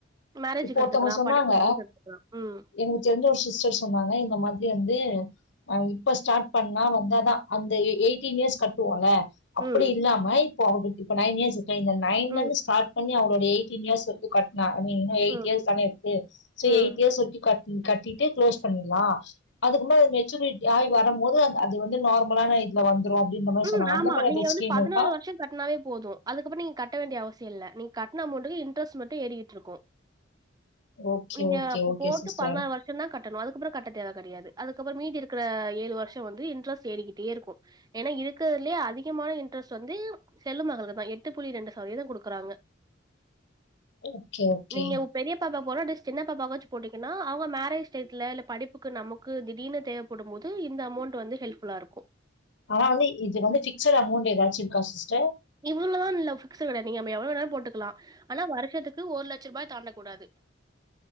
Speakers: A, on the right; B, on the left.
A: மேரேஜூக்கு
B: இப்போ ஒருத்தவங்க
A: எடுத்துக்லா
B: சொன்னாங்க
A: படிப்பு செலவுக்கு எடுத்துக்லா ம்
B: எனக்கு தெரிஞ்ச ஒரு சிஸ்டர் சொன்னாங்க இந்த மாதிரி வந்து ஆ இப்ப ஸ்டார்ட் பண்ணா வந்தாதா அந்த எயிட்டீன் இயர்ஸ் கட்டுவோல அப்டி
A: ம்
B: இல்லாம இப் போ அவ இப்ப நைன் இயர்ஸ் இருக்கு இந்த நயன்ல
A: ம்
B: இருந்து ஸ்டார்ட் பண்ணி அவருடய எய்ட்டின் இயர்ஸ் வரைக்கு கட்ணா ஐ மீன் எயிட்
A: ம்
B: இயர்ஸ் தானே இருக்கு செரி
A: ம்
B: எயிட் இயர்ஸ் வரைக்கு கட் கட்டிட்டு க்ளோஸ் பண்ணீட்லா அதுக்கு முன்ன ஒரு மெச்சூரிட்டி ஆயி வருமோது அ அது வந்து நார்மலான இது ல வந்துரு அப்டின்ற மாறி
A: ம்
B: சொன்னாங்க
A: ஆமா
B: அந்த மாறி
A: நீங்க
B: எதாச்சு
A: வந்து
B: ஸ்கீம்
A: பதினாலு
B: இருக்கா
A: வருஷோ கட்னாவே போது அதுக்கப்றோ நீங்க கட்ட வேண்டிய அவசியோ இல்ல நீங்க கட்ன அமௌண்ட்டுக்கு இன்ட்ரஸ்ட்டு மட்டு ஏறி கிட்டு இருக்கு
B: ஓகே
A: நீங்க
B: ஓகே
A: அப்ப
B: ஓகே
A: போட்டு
B: சிஸ்டர்
A: பதினாறு வரு ஷோதா கட்டணு அதுக்கப்றோ கட்ட தேவ கெடயாது அதுக்கப்றோ மீதி இருக்குற ஏழு வருசோ வந்து இன்ட்ரெஸ்ட் ஏறிக்கிட்டே இருக்கு ஏன்னா இருக்குறதுலயே அதிகமான இன்ட்ரெஸ்டு வந்து செல்வ மகளுக்கு தா எட்டு புள்ளி ரெண்டு சதவீதோ குடுக்குறாங்க
B: ஓகே ஓகே
A: நீங்க பெரிய பாப்பாக்கு போட்ல அட்லீஸ்ட் சின்னபாப்பாகாச்சு போட்டீங்கன்னா அவுங்க மேரேஜ் டேட்ல இல்ல படிப்புக்கு நமக் கு திடீர்னு தேவபடுபோது இந்த அமௌண்ட் வந்து ஹெல்ப்ஃபுல்லா இருக்கு
B: ஆனா வந்து இது வந்து ஃபிக்ஸட் அமௌண்ட் எதாச்சு இருக்கா சிஸ்டர்
A: இவ்ளோனு இல்ல ஃபிக்ஸ் கெடயாது நீங்க நம்ம எவ்ளோ வேனா போட்டுக்கலா ஆனா வருஷத்துக்கு ஒரு லட்ச ரூபா தாண்ட கூடாது